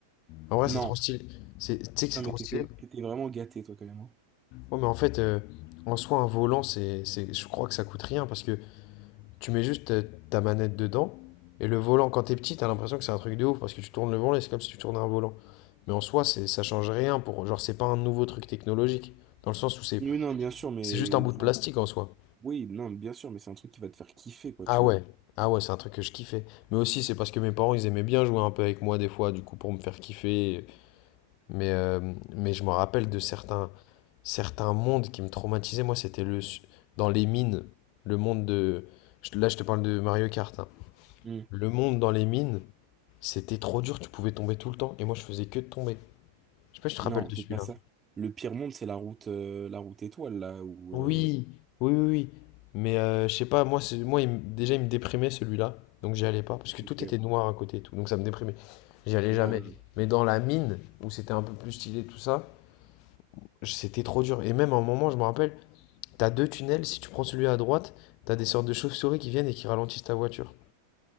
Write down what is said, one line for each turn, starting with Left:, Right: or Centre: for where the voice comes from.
Left: En vrai,
Right: non.
Left: c'est trop stylé. C'est- Tu sais que
Right: Putain,
Left: c'est trop
Right: mais t'étais
Left: stylé.
Right: t'étais vraiment gâté, toi, quand même. hein.
Left: Ouais, mais en fait, euh, en soi, un volant, c'est, c'est, je crois que ça coûte rien parce que tu mets juste euh, ta manette dedans et le volant, quand t'es petit, t'as l'impression que c'est un truc de ouf parce que tu tournes le volant et c'est comme si tu tournais un volant. Mais en soi, c'est, ça change rien pour, genre, c'est pas un nouveau truc technologique dans le sens où c'est,
Right: Oui, non, bien sûr, mais
Left: c'est juste un bout
Right: c'est
Left: de plastique
Right: un-
Left: en soi.
Right: oui, non, bien sûr, mais c'est un truc qui va te faire kiffer, quoi,
Left: Ah
Right: tu vois.
Left: ouais, ah ouais, c'est un truc que je kiffais. Mais aussi, c'est parce que mes parents, ils aimaient bien jouer un peu avec moi des fois, du coup, pour me faire kiffer. Mais, euh, mais je me rappelle de certains, certains mondes qui me traumatisaient. Moi, c'était le, dans les mines, le monde de... je- Là, je te parle de Mario Kart, hein.
Right: Hmm.
Left: Le monde dans les mines, c'était trop dur, tu pouvais tomber tout le temps. Et moi, je faisais que de tomber. Je sais pas si tu te
Right: Non,
Left: rappelles de
Right: c'est
Left: celui-là.
Right: pas ça. Le pire monde, c'est la route, euh, la route étoile, là, où,
Left: Oui,
Right: euh,
Left: oui, oui, oui. Mais euh, je sais pas, moi, c'est- moi il me- déjà, il me déprimait celui-là. Donc, j'y allais pas. Parce que
Right: ok.
Left: tout
Right: Ouais.
Left: était noir à côté et tout. Donc, ça me déprimait. J'y allais
Right: ouais.
Left: jamais. Mais dans la mine, où c'était un peu plus stylé, tout ça, je- c'était trop dur. Et même à un moment, je me rappelle... T'as deux tunnels, si tu prends celui à droite, t'as des sortes de chauves-souris qui viennent et qui ralentissent ta voiture.